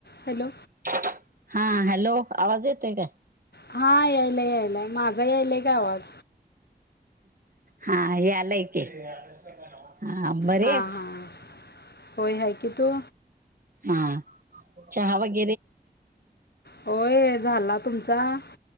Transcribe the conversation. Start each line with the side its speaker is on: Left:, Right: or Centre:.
Left: Hello
Right: हा, hello! आवाज येतोय काय?
Left: हा यायला, यायलाय माझा यायलाय का आवाज?
Right: हा यायलाय की. हा बरी
Left: हा,
Right: आहेस
Left: हा होयहाय की तु
Right: हा, चहा वगै
Left: होय झाला तुमचा?